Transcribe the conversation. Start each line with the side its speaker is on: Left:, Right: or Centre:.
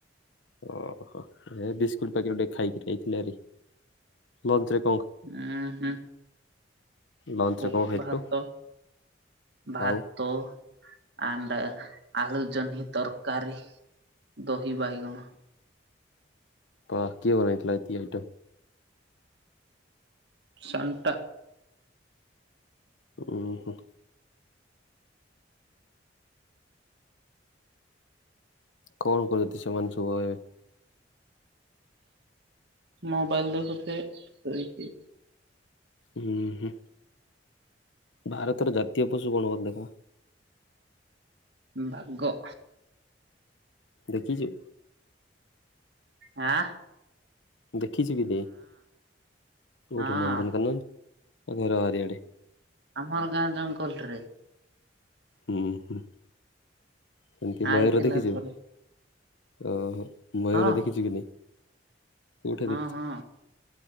Left: ଓହୋ ବିସ୍କୁଟ ପକିଟ ଟିକେ ଖାଇକି ଯାଇଥିଲେ ହରି ଲଞ୍ଚରେ
Right: ଉଁ ହୁଁ।
Left: ଲଞ୍ଚ ରେ
Right: ଓପ୍
Left: କଣ ଖାଇଥିଲୁ
Right: ଭାତ ଭାତ୍
Left: ଆଉ
Right: ତ ଆଣ୍ଡ ଆଳୁ ଜହ୍ନୀ ତରକାରୀ ଦହି ବାଇଗଣ।
Left: ପା କିଏ ବନେଇଥିଲା ଏତି ଆଇଟମ୍?
Right: ସଣ୍ଟା।
Left: ଉଁ ହୁଁ। କଣ କରଦି ସେ ମାନେ ସବୁ ଏବେ?
Right: ମୋବାଇଲ ଦେଖୁଥିବେ ସୋଇକି
Left: ଉଁ ହୁଁ ଭାରତର ଜାତୀୟ ପଶୁ କଣ ହବ ଦେଖ?
Right: ବାଗ।
Left: ଦେଖିଚୁ?
Right: ହାଆଁ।
Left: ଦେଖିଛି ବି ନେଇ କୋଠି
Right: ହଁ
Left: ନନ୍ଦନ କାନନ ନା ଘର ବାରିଆଡେ?
Right: ଆମର ଗାଁ ଜଙ୍ଗଲ ରେ।
Left: ଉଁ ହୁଁ ସେମିତି
Right: ଆଇଥିଲା
Left: ମୟୂର ଦେଖିଚୁ?
Right: ଥରେ
Left: ଓହୋ ମୟୂର
Right: ହଁ
Left: ଦେଖିଚୁ କି ନାଇଁ? କୋଉଠି
Right: ହଁ
Left: ଦେଖିଛୁ
Right: ହଁ